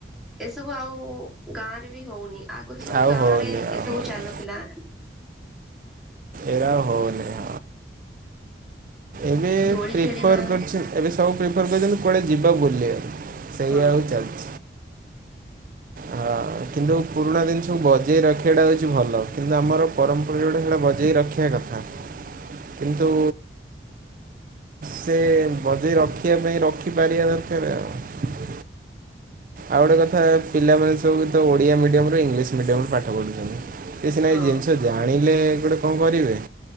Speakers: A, in the centre; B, on the right (about 45°).
A: ଏସବୁ ଆଉ ଗାଁ ରେ ବି ହଉନି। ଆ ଗୁରୁ ସବୁ
B: ଆଉ
A: ଗାଁ
B: ହଉନି
A: ରେ ଏ
B: ଆଉ
A: ସବୁ
B: ହଉନି।
A: ଚାଲୁଥିଲା।
B: ଏରା ଆଉ ହଉନି <inaudible> ଏବେ
A: ଦୋଳି
B: ପ୍ରିଫର୍
A: ଖେଳିବା
B: କରିଛି ଏବେ ସବୁ ପ୍ରିଫର୍ କରୁଛନ୍ତି କୁଆଡ଼େ ଯିବା ବୁଲିବା, ସେଇଆ
A: ହଁ
B: ଆଉ ଚାଲୁ ହଁ କିନ୍ତୁ ପୁରୁଣା ଜିନିଷକୁ ବଜେଇ ରଖିବାଟା ହଉଛି ଭଲ। କିନ୍ତୁ ଆମର ପରମ୍ପରା ଯୋଉଟା ସେଟା ବଜେଇ ରଖି ଖିଆ କଥା କିନ୍ତୁ ସେ ବଜେଇ ରଖିବା ପାଇଁ ରଖିପାରିବା ଦରକାର ଆଉ। ଆଉ ଗୋଟେ କଥା ପିଲାମାନେ ସବୁ ତ ଓଡ଼ିଆ ମିଡିୟମ୍ ରୁ ଇଂଲିଶ ମିଡିୟମ୍ ରୁ ପାଠ ପଢୁଛନ୍ତି ସିଏ ସିନା
A: ହଁ
B: ଏଇ ଜିନିଷ ଜା ଆାଣିଲେ ଗୋଟେ କଣ କରିବେ,